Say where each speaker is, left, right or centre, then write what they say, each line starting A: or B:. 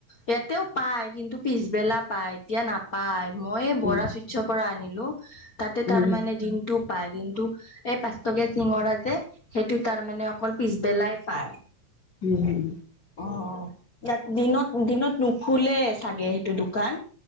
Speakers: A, on the left; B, on the left.
A: ইয়াতেও পাই কিন্তু পিছবেলা পায় এতিয়া নাপায় মই বৰা
B: উম,
A: চুইটচৰ পৰা আনিলো তাত।
B: উম,
A: তাৰ মানে দিনটো পায় কিন্তু এই পাঁচটকীয়া চিঙৰা যে সেইটো তাৰ মানে অকল পিছবেলাই পায়।
B: উম হম।
A: অ ইয়াত দিনত দিনত নুখুলে চাগে সেইটো দোকান